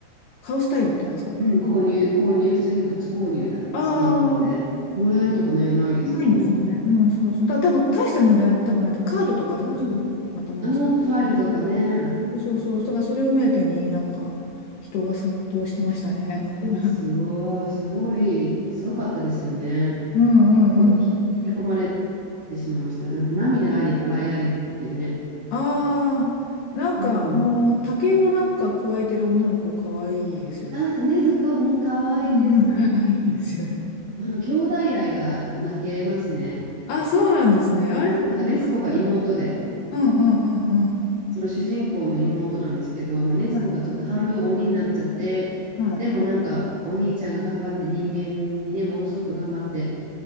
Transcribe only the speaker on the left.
買うスタイルってなんですか
ああ
ないんですね。うん、そうそう。だ、多分大したもんじゃない、多分なんで、カードとか多分そううだと思うんですけど。
そうそうそう。だからそれを目当てになんか人が殺到してましたね。
<laughs>
うんうんうん。
ああ、なんかあの、
竹をなんか加えてる女の子可愛いですよね。
うんうん。<laughs> いいですよね。
あ、そうなんですね。あれ、
あうんうんうんうん。
はい。は